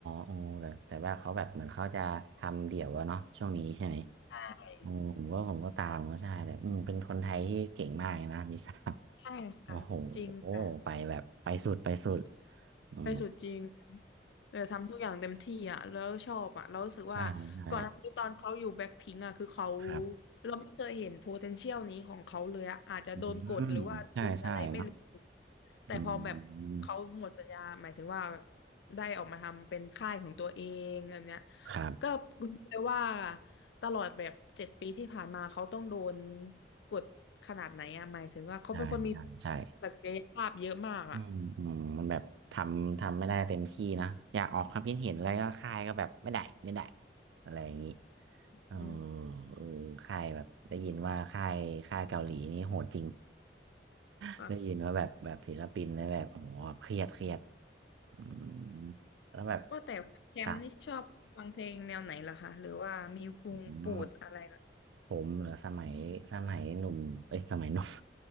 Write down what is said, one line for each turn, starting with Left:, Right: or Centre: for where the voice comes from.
Right: โอ้แต่แต่ว่าเขาแบบเหมือนเขาจะทำเดี่ยวอะเนาะช่วงนี้ใช่ไหม
Left: ใช่
Right: โอ้ผมก็ผมก็ตามก็ใช่แต่อืมเป็นคนไทยที่เก่งมากเลยนะลิซ่า
Left: ใช่ค่ะจริงค่ะ
Right: <laughs> โอ้โหไปแบบไปสุดไปสุดอืม
Left: ไปสู่จริงเออทำทุกอย่างเต็มที่อ่ะแล้วชอบอ่ะแล้วรู้สึกว่าก่อนหน้านี้ตอนเขาอยู่แบ็คพิงอ่ะคือเขา
Right: ใช่ใช่ครับ
Left: เราไม่เคยเห็น potential นี้ของเขาเลยอ่ะอาจจะโดนกดหรือว่าโดนอะไรไม่รู้
Right: อืมใช่ใช่เนาะ
Left: แต่พอแบบเขาหมดสัญญาหมายถึงว่า
Right: อืม
Left: ได้ออกมาทำเป็นค่ายของตัวเองอันเนี้ย
Right: ครับ
Left: ก็รู้เลยว่าตลอดแบบเจ็ดปีที่ผ่านมาเขาต้องโดนกดขนาดไหนอ่ะหมายถึงว่าเขาเป็นคนมี
Right: ใช่ใช่ใช่
Left: ศักยภาพเยอะมากอ่ะ
Right: อืมอืมมันแบบทำทำไม่ได้เต็มที่นะอยากออกความคิดเห็นอะไรก็ค่ายก็แบบไม่ได้ไม่ได้อะไรอย่างนี้เออ
Left: อืม
Right: เออค่ายแบบได้ยินว่าค่ายค่ายเกาหลีนี่โหดจริง
Left: ค่ะ
Right: <laughs> ได้ยินว่าแบบแบบศิลปินแล้วแบบโอ้โหเครียดเครียดอืมแล้วแบบ
Left: ว่าแต่คุณแชมป์นี่ชอบฟังเพลงแนวไหนล่ะคะหรือว่ามีวงโปรดอะไรล่ะ
Right: ครับอืม ผมเหรอสมัยสมัยหนุ่มเอ้ยสมัยหนุ่ม